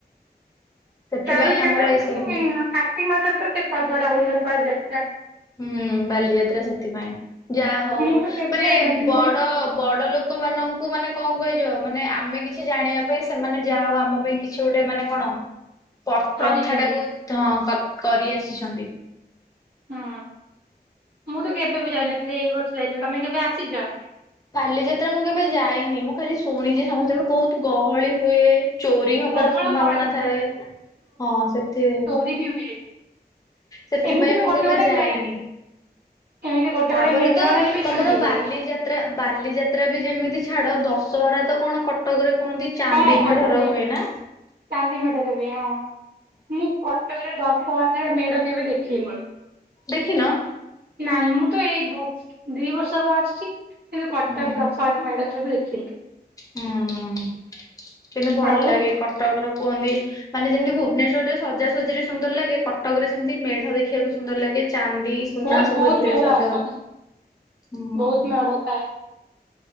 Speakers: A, on the left; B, on the right.
A: ସେଥିପାଇଁ
B: ତାର ସେଟାପୁଣି
A: ଆମର ଏଇ ସବୁ
B: କାତ କତ୍ତିକ ମାସରେ ସେ ସଜଡ଼ା ହୁଏ ବାଲା ଯାତ୍ରା।
A: ହୁଁ ବାଲିଯାତ୍ରା ସେଥିପାଇଁ। ଯା ହଉ
B: ମୁଁ ତ କେବେ
A: ମାନେ
B: ଯାଇନଥିଲି
A: ବଡ
B: ମୁଁ
A: ବଡ ଲୋକମାନଙ୍କ ଙ୍କୁ ମାନେ କଣ କୁହାଯିବ ମାନେ ଆମେ କିଛି ଜାଣିବା ପାଇଁ ସେମାନେ ଯା ହଉ ଆମ ପାଇଁ କିଛି ଗୋଟେ ମାନେ କଣ। ପ ପ୍ରଥା
B: କରିଛନ୍ତି
A: ଟାକୁ କ କରି ଆସିଛନ୍ତି।
B: ହଁ ମୁଁ ତ କେବେ ବି ଯାଇନଥିଲି ଏଇ ବର୍ଷ ଯାଇଥିଲି। ତମେ କେବେ ଆସିଚ?
A: ବାାଲିଯାତ୍ରା ମୁଁ କେବେ ଯାଇନି ମୁଁ ଖାଲି ଶୁଣିଛି ସମସ୍ତେୁ ବହୁତ ଗହଳି ହୁଏ। ଚୋରି ହବାର
B: ପ୍ରବଳ
A: ସମ୍ଭାବନା
B: ଗହଳି
A: ଥାଏ ହଁ ସେଥି
B: ରି ବି ହୁଏ।
A: ସେଥିପାଇଁ
B: ଏମିତି ବି
A: ମୁଁ
B: ଗୋଟେ
A: କେବେ
B: ଗୋଟେ
A: ଯାଇନି।
B: ମେ ଏମିତି ଗୋଟେ
A: ତାହାପରେ
B: ଗୋଟେ ମେଲଣରେ
A: ତ
B: ବି
A: ତମର
B: ଚୋରି
A: ବାଲିଯାତ
B: ହେଇଯାଏ
A: ତ୍ରା ବାଲିଯାତ୍ରା ବି ଯେମିତି ଛାଡ ଦଶହରା ତ କଣ କଟକରେ କୁହନ୍ତି। ଚାନ୍ଦି
B: ହଁ କଟକରେ
A: ମେଢର ହୁଏ ନା।
B: ଚାନ୍ଦି ମେଢ ରେ ହୁଏ ହଁ ମୁଁ କଟକ ରେ ଦଶରା ରେ ମେଢ କେବେ ଦେଖିନି।
A: ଦେଖିନ।
B: ନାଇଁ ମୁଁ ତ ଏଇ ବ ଦି ବର୍ଷ ହବ ଆସିଛି। କିନ୍ତୁ କଟକ
A: ହୁଁ
B: ଦଶହରା ମେଢ଼ ସବୁ ଦେଖିନି।
A: ହୁଁ କିନ୍ତୁ ଭଲ
B: ଆଉ
A: ଲାଗେ କଟକ ର କୁହନ୍ତି। ମାନେ ଯେମିତି ଭୁବନେଶ୍ଵରରେ ସଜାସଜରେ ସୁନ୍ଦର ଲାଗେ କଟକ ରେ ସେମିତି ମେଢ ଦେଖିବାକୁ ସୁନ୍ଦର ଲାଗେ ଚାନ୍ଦି। ସୁନା
B: ବହୁତ
A: ସବୁ
B: ବହୁତ
A: ଏମିତିରେ
B: ମେଢ
A: ସଜା
B: ଆସନ୍ତି
A: ହଏ ହୁଁ।
B: ବହୁତ ମେଢ ଥାଏ